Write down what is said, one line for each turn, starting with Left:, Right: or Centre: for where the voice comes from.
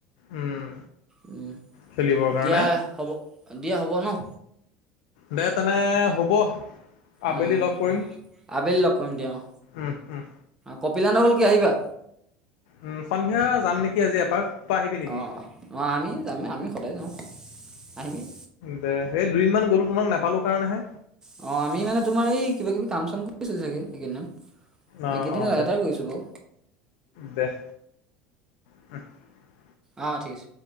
Left: উম।
Right: উম,
Left: খেলিবৰ কাৰণে
Right: দিয়া হ'ব, দিয়া হ'ব ন'?
Left: দে তেনে হ'ব। আবেলি
Right: উম - উম
Left: লগ কৰিম
Right: আবেলি লগ পাম দিয়া অ,
Left: উম, উম,
Right: কপিলা নগল কি আহিবা।
Left: উম, সন্ধিয়া যাম নেকি আজি এপাক। তই আহিবি নেকি?
Right: অ, নহ আমি যাম নে আমি সদায় যাওঁ। আহিমেই
Left: দে সেই দুদিনমান গ'লো তোমাক নাপালো কাৰণেহে।
Right: অ, আমি মানে তোমাৰ এই কিবা কিবি কাম চাম কৰিছিলো চাগে সেই কাৰণে।
Left: অ',
Right: এইকেইদিন
Left: অ',
Right: লগতাৰে
Left: দে
Right: গৈছোঁ ও
Left: দে। <unintelligible>
Right: অ, ঠিক আছে।